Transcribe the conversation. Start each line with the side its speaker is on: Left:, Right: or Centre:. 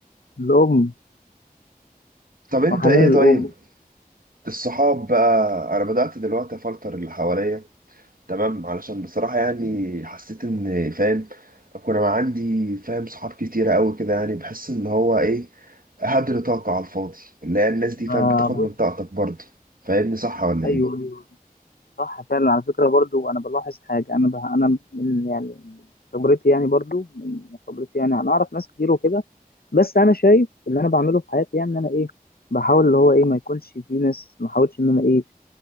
Left: الأم الأم
Right: طب انت
Left: وحنان
Right: ايه
Left: الأم
Right: طيب الصحاب بقى انا بدأت دلوقتي افلتر اللي حواليا تمام علشان بصراحة يعني حسيت ان فاهم اكون انا عندي فاهم صحاب كتيرة قوي كده يعني بحس ان هو ايه هدر طاقة على الفاضي اللي هي الناس دي فاهم
Left: آه
Right: بتاخد
Left: بص
Right: من طاقتك برضه فاهمني صح ولا
Left: أيوه
Right: ايه
Left: أيوة. صح فعلا على فكرة برضو أنا بلاحظ حاجة أنا بها أنا من يعني من خبرتي يعني برضو من خبرتي يعني أنا أعرف ناس كتير وكده بس أنا شايف اللي أنا بعمله في حياتي يعني إن أنا إيه بحاول اللي هو إيه ما يكونش في ناس ما أحاولش إن أنا إيه